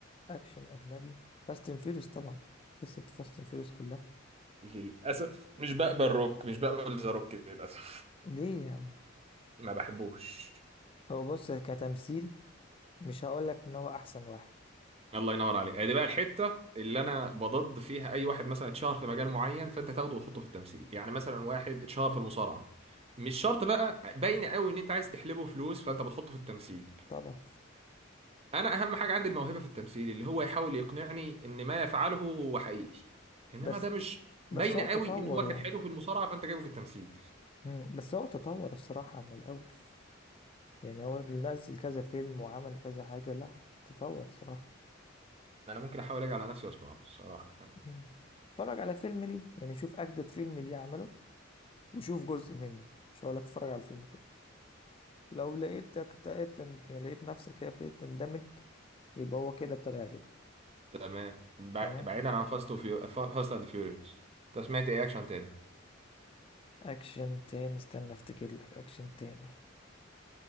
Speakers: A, on the left (about 25°); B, on the right (about 30°).
A: أكشن أجنبي فاست اند فيوريوس طبعا قصة فاست اند فيوريوس كلها
B: للأسف مش بقبل روك مش بقبل ذا روك للأسف
A: ليه يا عم
B: ما بحبوش
A: هو بص كتمثيل مش هقولك إن هو أحسن واحد
B: الله ينور عليك دي بقى الحته اللي انا بضد فيها اي واحد مثلا اتشهر في مجال معين فانت تاخده وتحطه في التمثيل يعني مثلا واحد اتشهر في المصارعه مش شرط بقى باين قوي ان انت عايز تحلبه فلوس فانت بتحطه في التمثيل
A: طبعا
B: انا اهم حاجه عندي الموهبه في التمثيل اللي هو يحاول يقنعني ان ما يفعله هو حقيقي انما
A: بس
B: ده مش
A: بس
B: باين
A: هو
B: قوي
A: تطور
B: ان هو
A: يعني
B: كان حلو في المصارعه فانت جايبه في التمثيل
A: مم. بس هو تطور الصراحة عن الأول يعني هو اللي نزل كذا فيلم وعمل كذا حاجة لا تطور الصراحة
B: انا ممكن احاول اجي على نفسي واسمعه الصراحه
A: مم. اتفرج على فيلم ليه يعني شوف أجدد فيلم ليه عمله وشوف جزء منه مش هقولك اتفرج على الفيلم كله لو لقيتك ابتديت تن- يعني لقيت نفسك هي ابتديت تندمج يبقى هو كده ابتدى يعجبك
B: تمام بع-
A: فاهم
B: بعيدا عن فاست وفيو فاست اند فيوريوس انت سمعت ايه اكشن تاني
A: أكشن تاني استنى افتكر لك أكشن تاني